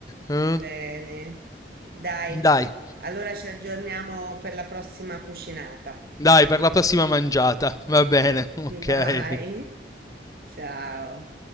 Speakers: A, on the left; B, on the right.
A: Eh.
B: Bene. Dai,
A: Dai.
B: allora ci aggiorniamo per la prossima cucinata.
A: Dai, per la prossima mangiata. Va bene, <laughs> ok.
B: Vai. Ciao.